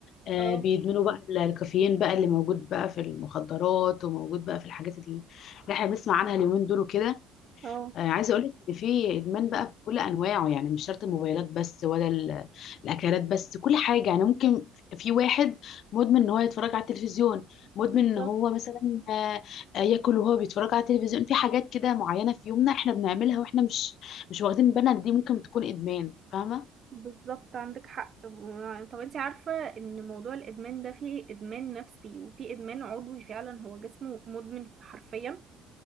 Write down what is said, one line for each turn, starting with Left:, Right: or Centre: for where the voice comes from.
Left: آه،
Right: اه
Left: بيدمنوا بقى ال- الكافيين بقى اللي موجود بقى في المخدرات وموجود بقى في الحاجات اللي اللي احنا بنسمع عنها اليومين دول وكده
Right: اه
Left: آه، عايزه اقول لك ان في ادمان بقى بكل انواعه يعني مش شرط الموبايلات بس ولا ال- الاكلات بس كل حاجه يعني ممكن في واحد مدمن ان هو يتفرج على التلفزيون مدمن
Right: بالظبط
Left: ان هو مثلا آه، آه، ياكل وهو بيتفرج على التلفزيون في حاجات كده معينه في يومنا احنا بنعملها واحنا مش مش واخدين بالنا إن دي ممكن تكون ادمان فاهمه
Right: بالظبط عندك حق و- طب انت عارفة ان موضوع الادمان ده فيه ادمان نفسي وفيه ادمان عضوي فعلا هو جسمه مدمن حرفيا